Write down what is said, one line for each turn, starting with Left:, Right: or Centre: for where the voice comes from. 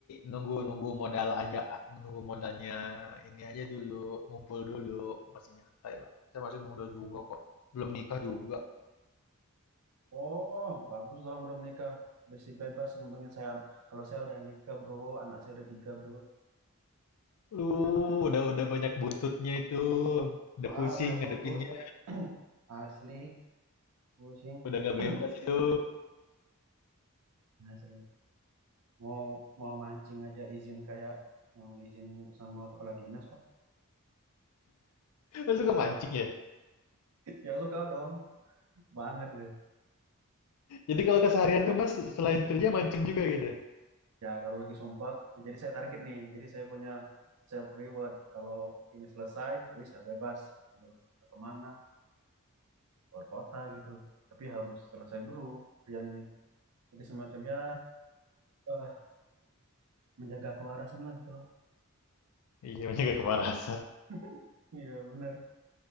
Left: nunggu nunggu modal aja, nunggu modalnya ini aja dulu, ngumpul dulu, masih nyantai lah. Saya masih muda juga kok, belum nikah juga.
Right: Oh, bagus dong belum nikah. Besi bebas ngembangin saya. Kalau saya udah nikah, bro. Anak saya udah tiga, bro.
Left: Lu udah udah banyak buntutnya itu, udah
Right: Wah,
Left: pusing
Right: banyak
Left: ngadepinnya,
Right: bontot. <clears throat> Asli, pusing.
Left: udah nggak
Right: <clears throat>
Left: bebas itu.
Right: Asli. Mau mau mancing aja izin kayak mau izin sama kepala dinas kok.
Left: Mas suka mancing ya?
Right: <laughs> Ya suka dong. Banget ya.
Left: Jadi kalau keseharian tuh mas selain kerja mancing juga gitu.
Right: Ya, kalau lagi sempat, jadi saya target nih. Jadi saya punya self reward. Kalau ini selesai, wih saya bebas gitu. Nggak Kemana? Keluar kota gitu. Tapi harus selesai dulu kerjaan ini. Jadi semacamnya eh, menjaga kewarasan lah gitu loh.
Left: Iya, banyak gak kepanasan.
Right: <laughs> Iya benar.